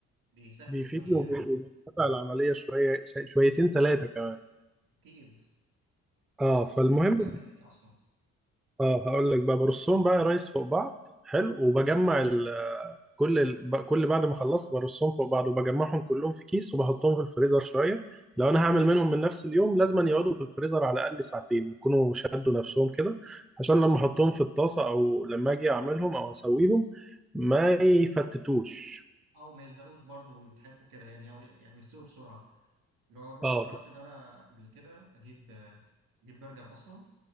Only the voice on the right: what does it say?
بيسهل
الدنيا
يعني
اكيد
لان الموضوع
كان بياخد وقت مني اصلا
او ما يلزقوش برضه ويتحرقوا كده يعني أو يعني يستووا بسرعه اللي هو برضو
جربت ان انا قبل كده اجيب آه، اجيب برجر اصلا